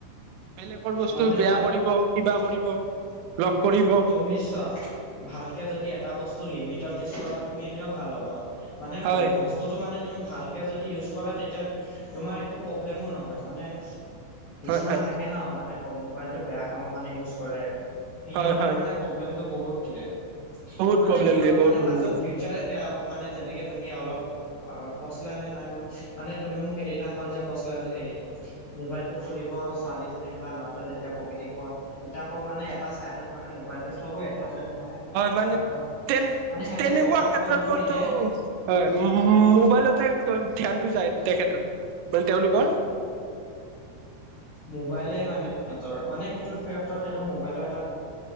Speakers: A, on the right (about 85°); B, on the left (about 65°).
A: বেলেগৰ বস্তু
B: মানে
A: বেয়া
B: চোৱা
A: কৰিব কিবা কৰিব লগ কৰিব
B: উমিষ্যা ভালকে যদি এটা বস্তু লিমিটত ইউজ কৰা তুমি এনেও ভাল হ'বা মানে
A: হয়
B: ব স্তুটো মানে তুমি ভালকে ইউজ কৰা তেতিয়া তোমাৰ একো প্ৰব্লেমো নহয় মানে কিছুমান
A: হয় হয়
B: থাকে ন মানে মোবাইলটো বেয়া কামৰ কাৰণে ইউজ কৰে সিহঁতৰ
A: হয় হয়
B: মানে প্ৰব্লেম টো বহুত দিয়ে,
A: বহুত
B: মানে
A: প্ৰব্লেম
B: সিহঁতৰ
A: দিয়ে বহুত
B: মানে
A: প্ৰব্লেম
B: পাছত
A: দিয়ে
B: ফিউচাৰে বেয়া হ'ব মানে যেনেকে তুমি অলপ অ কৈছিলা নে নাই বা মানে তুমি মোক এদিনাখন যে কৈছিলা যে সেই মোবাইলটো খুলিব ছোৱালী জনীৰ বা ল'ৰাটো যেতিয়া পঢ়ি থাকিব কিতাপৰ মানে এটা চাইডত মানে মোবাইলটোত থ'ব এটা চাইডত মানে কিতাপখন
A: হয় মানে
B: থব
A: তেন
B: মানে সিহঁতে
A: তেনেকুৱা
B: পঢ়াত
A: ক্ষেত্ৰত
B: মনটো
A: কোনটো
B: নিদিয়ে
A: হয় মোবাইলতে ধ্যানটো যায় তেখেত মানে তেওঁলোকৰ <inaudible>
B: মোবাইলে মানে সিহতৰ মানে সেইটো ক্ষেপত সেইটো মোবাইলৰ এটা